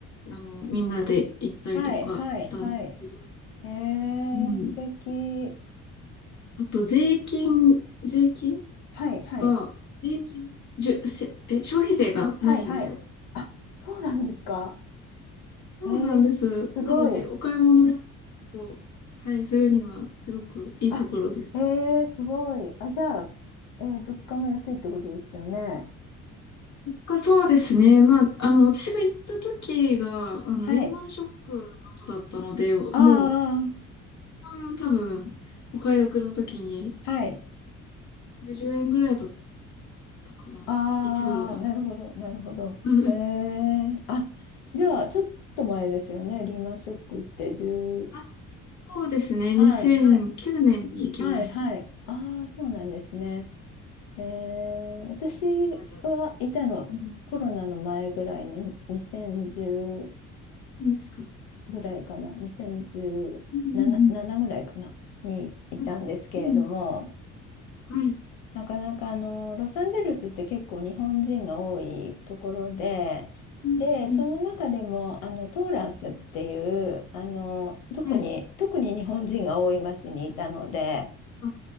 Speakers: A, on the left (about 45°); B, on the left (about 85°).
A: あの、みんなで行ったりとかしたんですけど、
B: はい、はい、はい。えー、
A: うん。
B: 素敵。
A: あと、税金、税金
B: はい、はい。
A: が、税金、じゅ、せ、え、消費税がないんですよ。
B: はい、はい。あ、そうなんですか。
A: そうなんです。
B: えー、すごい。
A: なので、お買い物を、はい、するには、すごくいいところです。
B: あ、えー、すごい。あ、じゃあ、えー、物価も安いってことですよね。
A: か、そうですね。まあ、あの、私が行った時が、あの、
B: はい。
A: リーマンショックの後だったので、もう、
B: あ
A: 一番多分、お買い得の時に
B: あ、はい。
A: 90円ぐらいだっただから、
B: ああ、
A: 一ドルが。
B: なるほど、なるほど。
A: <laughs>
B: ええあ、じゃあ、ちょっと前ですよね。リーマンショックって10、
A: あ、そうですね。
B: はい、
A: 2 0
B: はい、
A: 0年に行きました。
B: はい、はい。ああ、そうなんですね。ええ私
A: 今じゃも
B: はいたの、
A: う。うん
B: コロナの前ぐらいねに、2016
A: 何ですか
B: ぐらいかな、2017、
A: うんうん
B: 7ぐらいかな、にいたんですけれども、
A: うん。うん。うんはい。
B: なかなかあのロサンゼルスって結構日本人が多いところで、で、
A: うん。
B: その中でもあのトーランスっていうあの特に、
A: はい。
B: 特に日本人が多い町にいたので、
A: あ、